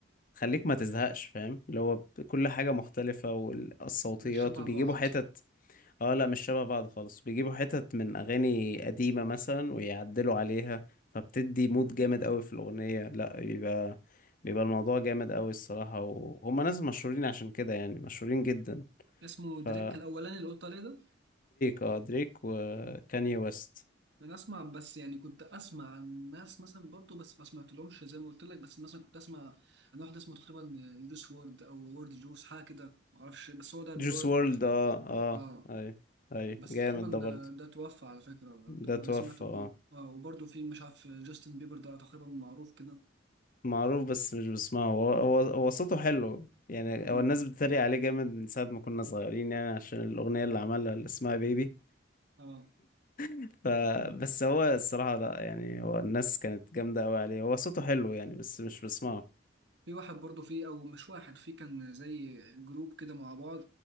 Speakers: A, on the left; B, on the right.
A: خليك ما تزهقش فاهم اللي هو كل حاجة مختلفة والصوتيات
B: مش شبع
A: وبيجيبوا
B: بعض
A: حتت اه لا مش شبه بعض خالص بيجيبوا حتت من اغاني قديمة مثلا ويعدلوا عليها فبتدي مود جامد قوي في الاغنية لا بيبقى بيبقى الموضوع جامد قوي الصراحة وهم ناس مشهورين عشان كده يعني مشهورين جدا
B: اسمه
A: فدريك
B: دريك الاولاني اللي قلت عليه ده
A: اه دريك وكاني ويست
B: انا اسمع بس يعني كنت اسمع عن ناس مثلا برضو بس ما سمعتلهمش زي ما قلت لك بس مثلا كنت اسمع عن واحد اسمه تقريبا جوس وورد او وورد جوس حاجه كده ما اعرفش بس هو ده المراد
A: جوس وورلد اه اه
B: اه
A: اي اي
B: بس
A: جامد
B: تقريبا
A: ده برضه
B: ده, ده توفى على فكره
A: ده
B: فاللي
A: توفى
B: سمعته انه
A: اه
B: اه وبرضو في مش عارف جاستن بيبر ده تقريبا معروف كده
A: معروف بس مش بسمعه هو هو هو صوته حلو يعني
B: مم.
A: هو الناس بتتريق عليه جامد من ساعة ما كنا صغيرين يعني عشان الأغنية اللي عملها اللي اسمها بيبي
B: اه
A: <laughs> ف بس هو الصراحة لا يعني هو الناس كانت جامدة أوي عليه هو صوته حلو يعني بس مش بسمعه
B: في واحد برضه فيه او مش واحد فيه كان زي جروب كده مع بعض